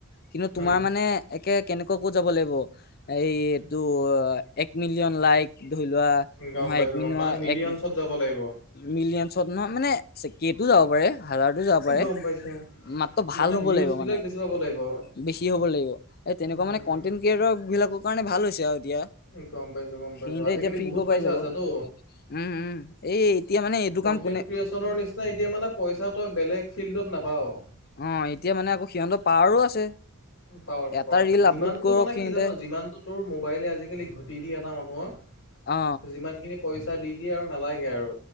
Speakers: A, on the left; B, on the left.
A: কিন্তু তোমাৰ
B: উম
A: মানে একে কেনেকুৱা কো যাব লাগিব <unintelligible> এই এইটো এক মিলিয়ন লাইক। ধৰি লোৱা
B: গম
A: নহয়
B: পাইছো
A: এক মিন
B: গম মানে মিলিয়নছত
A: এক
B: যাব লাগিব
A: মিলিয়নত নহয় মানে কটো যাব পাৰে। হাজাৰটো যাব পাৰে
B: গম পাইছো
A: মাত্ৰ ভাল
B: মানে
A: হ'ব
B: ভিউজ
A: লাগিব।
B: বিলাক
A: মানে
B: বেছি পাব লাগিব
A: বেছি হ'ব লাগিব। এই তেনেকুৱা
B: উম
A: মানে কনটেন্ট ক্ৰিয়েটৰ বিলাকৰ কাৰণে ভাল হৈছে আৰু এতিয়া
B: গম পাইছো গম পাইছো
A: সিহঁতে
B: আজিকালি
A: এতিয়া ফ্ৰীকৈ
B: বহুত পইচা
A: পাই যাব
B: আছেটো
A: উম উম এই এতিয়া মানে এইটো
B: কনটেনট
A: কাম কোনে
B: ক্ৰিয়েচনৰ নিচিনা এতিয়া মানে পইচা তই বেলেগ ফিল্ডত নাপাৱত।
A: অ এতিয়া মানে আকৌ সিহঁতৰ পাৱাৰো আছে
B: উ পাৱাৰ আছে
A: এটা
B: পাৱাৰ আছে
A: ৰিল
B: যিমানটো
A: আপলোড কৰক
B: মানে
A: সিহঁতে
B: কি জান যিমানটো তোৰ মোবাইলে আজিকালি ঘটি দিয়ে এটা মানুহক
A: অ
B: যিমান খিনি পইচা দি দিয়ে আৰু নালাগে আৰু